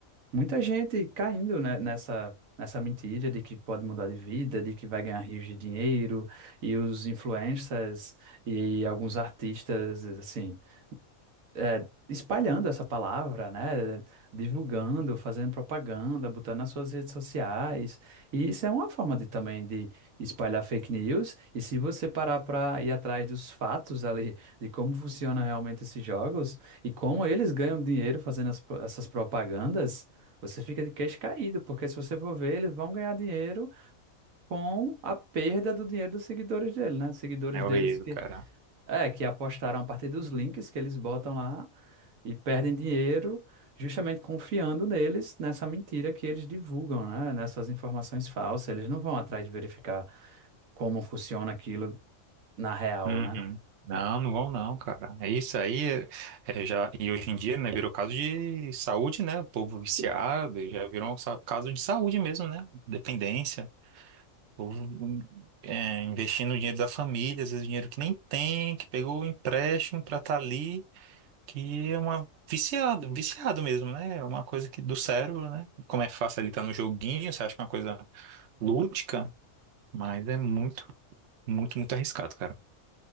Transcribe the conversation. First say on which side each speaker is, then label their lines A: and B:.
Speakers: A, on the right; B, on the right.
A: muita gente caindo, né, nessa, nessa mentira de que pode mudar de vida, de que vai ganhar rios de dinheiro, e os influencers e alguns artistas, assim é, espalhando essa palavra, né? Divulgando, fazendo propaganda, botando nas suas redes sociais. E isso é uma forma de também de espalhar fake news. E se você parar para ir atrás dos fatos ali de como funcionam realmente esses jogos e como eles ganham dinheiro fazendo as pro- essas propagandas, você fica de queixo caído, porque se você for ver, eles vão ganhar dinheiro com a perda do dinheiro dos seguidores dele, né? Seguidores
B: É horrível,
A: deles que
B: cara.
A: é, que apostaram a partir dos links que eles botam lá e perdem dinheiro justamente confiando neles, nessa mentira que eles divulgam, né? Nessas informações falsas. Eles não vão atrás de verificar como funciona aquilo na real,
B: Uhum.
A: né?
B: Não, não vão não, cara. É Isso aí é, é já e hoje em dia, né, virou caso de saúde, né? O povo viciado, já virou um sa- caso de saúde mesmo, né? Dependência. O povo hum, é, investindo o dinheiro da família, às vezes dinheiro que nem tem, que pegou o empréstimo pra estar ali, que é uma viciado, viciado mesmo, né? É uma coisa que do cérebro, né? Como é fácil ali estar no joguinho, você acha que é uma coisa lúdica, mas é muito, muito, muito arriscado, cara.